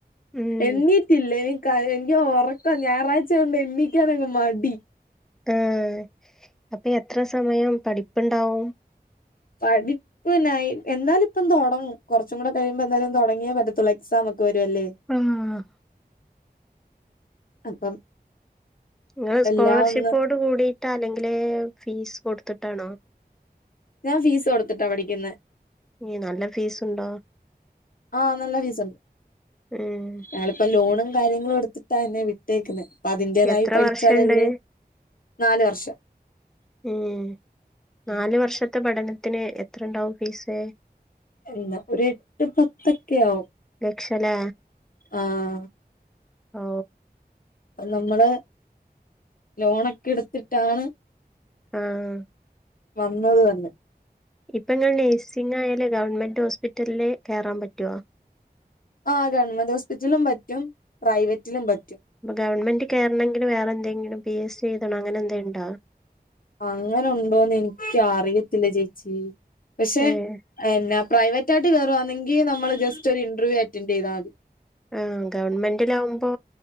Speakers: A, in the centre; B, on the left.
A: മം.
B: എണ്ണീട്ടില്ല എനി എനിക്ക് ഉറക്കം ഞായറാഴ്ച ആയോണ്ട് എണീക്കാൻ അങ്ങ് മടി
A: ആഹ് അപ്പൊ എത്ര സമയം പഠിപ്പുണ്ടാവും
B: പഠി പിന്നെ എന്തായാലും ഇപ്പം തുടങ്ങും കുറച്ചും കൂടെ കഴിയുമ്പോ എന്തായാലും തുടങ്ങിയാ പറ്റത്തുള്ള എക്സാമൊക്കെ വരുവല്ലേ?
A: എഹ്.
B: അപ്പം.
A: നിങ്ങള് സ്കോളർഷിപ്പോട്
B: എല്ലാം ഒന്ന്
A: കൂടിട്ടാ അല്ലെങ്കില് ഫീസ് കൊടുത്തിട്ടാണോ?
B: ഞാൻ ഫീസ് കൊടുത്തിട്ടാ പഠിക്കുന്നെ
A: ഏ നല്ല ഫീസ് ഉണ്ടോ?
B: ആഹ് നല്ല ഫീസുണ്ട്.
A: ഉം
B: ഞങ്ങളിപ്പോ ലോണും കാര്യങ്ങളും എടുത്തിട്ടാ എന്നെ വി ട്ടേക്കുന്നേ അപ്പ അതിന്റേതായി
A: എത്ര
B: പഠിച്ചാലല്ലേ
A: വർഷണ്ട്
B: നാല് വർഷം
A: ഉം നാല്
B: ഉം
A: വർഷത്തെ പഠനത്തിന് എത്രണ്ടാവും ഫീസ്
B: എന്ന ഒരു എട്ട് പത്തക്കെ ആവും
A: ലക്ഷലേ
B: ആഹ്
A: ഓ
B: നമ്മള് ലോണൊക്കെ എടുത്തിട്ടാണ്
A: ആഹ്
B: വന്നത് തന്നെ.
A: ഇപ്പൊ ഞാൻ നേഴ്സിംഗ് ആയാല് ഗവൺമെന്റ് ഹോസ്പിറ്റലില് കേറാൻപറ്റുവോ
B: ആഹ് ഗവൺമെന്റ് ഹോസ്പിറ്റലിലും പറ്റും പ്രൈവറ്റിലും പറ്റും
A: ഇപ്പൊ ഗവൺമെന്റ് കേറണങ്കിൽ വേറെ എന്തെങ്കിലും പി എസ് ഇ എഴുതണം അങ്ങനെ എന്തേലുംണ്ട
B: അങ്ങനെ ഉണ്ടോന്ന് എനിക്ക അറിയത്തില്ല ചേച്ചി, പക്ഷെ
A: ഏഹ്
B: എന്ന പ്രൈവറ്റ് ആയിട്ട് കേറുവാന്നെങ്കി നമ്മള് ജസ്റ്റ് ഒരു ഇന്റർവ്യൂ അറ്റന്റയ്താ മതി
A: ഉം ഗവൺമെന്റിലാവുമ്പോ